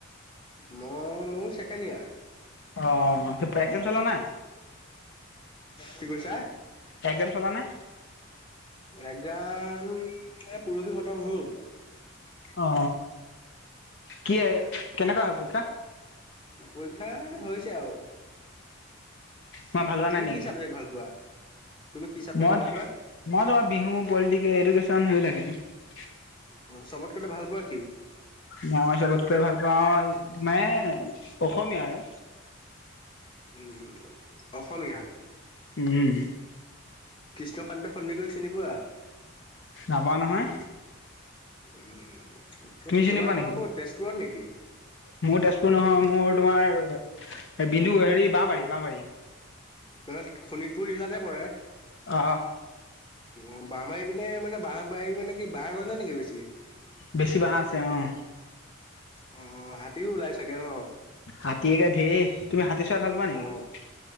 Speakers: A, on the left; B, on the left.
A: মই মোৰ ছেকেণ্ড ইয়াৰ।
B: অ এক্সাম চলা নাই।
A: কি কৈছা।
B: একদাম চলা নাই।
A: এজন, পুৰুষি খতম হল।
B: অ, কি কেনেকুৱা হল পৰক্ষা।
A: পৰীক্ষা হৈছে আৰু,
B: মই ভাল হোৱা নাই
A: তুমি
B: নেকি
A: কি চাবজেক্ট ভাল পোৱা। তুমি কি চাবজেক্ট
B: মই মই
A: ভাল
B: তোমাৰ
A: পোৱা
B: বিহু পলিটিকেল এডুকেশ্যন সেই বিলাকে। <unintelligible>
A: অ চবত কেলে ভাল পোৱা কি। <unintelligible>
B: ম মই চবতকে ভাল পাওঁ মানে অসমীয়া আৰু।
A: উ অসমীয়া।
B: উম
A: ত কান্ত সন্দে কৰি চিনি পোৱা
B: নাপাওঁ নহয়
A: উ। <unintelligible>
B: তুমি চিনি
A: জমাই
B: পোৱা নেকি
A: ঘৰ কো তেজপুৰৰ নেকি। <unintelligible>
B: মোৰ তেজপুৰ নহয়, মোৰ তোমাৰ বিন্দু, হেৰি বা বাৰী বা বাৰী।
A: মান শোণিতপুৰ জিলাতে পৰে।
B: অ।
A: অ বাঁহ মাৰি পিনে মানে বাঁহ বাৰ মানে কি বাঁহ গজে নেকি বেছি। <unintelligible>
B: বেছিভাগ আছে অঁ।
A: অ হাতীও ওলাই চাগে ন।
B: হাতীয়েকা ধেৰ তুমি হাতী চাই ভাল পোৱা নেকি।
A: অ
B: <unintelligible>